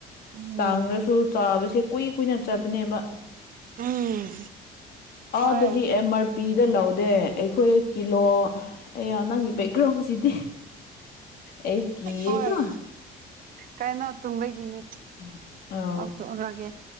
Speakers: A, on the right; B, on the left.
A: ꯎꯝ
B: ꯇꯥꯡꯂꯁꯨ ꯆꯥꯕꯁꯤꯦ ꯀꯨꯏ ꯀꯨꯏꯅ ꯆꯠꯄꯅꯦꯕ
A: ꯎꯝ ꯍꯣꯏ
B: ꯑꯥꯗꯗꯤ ꯑꯃꯔ ꯄꯄꯤꯗ ꯂꯧꯗꯦ ꯑꯩꯈꯣꯏ ꯀꯤꯂꯣ ꯑ ꯅꯪꯒꯤ ꯕꯦꯛꯒ꯭ꯔꯥꯎꯟꯁꯤꯗꯤ ꯑꯩ ꯀꯤꯌꯦꯀꯣ
A: ꯍꯣꯏ ꯀꯥꯏꯅ ꯇꯨꯝꯕꯒꯤꯅꯤ
B: ꯑꯥ
A: ꯑ ꯇꯣꯛꯎꯔꯒꯦ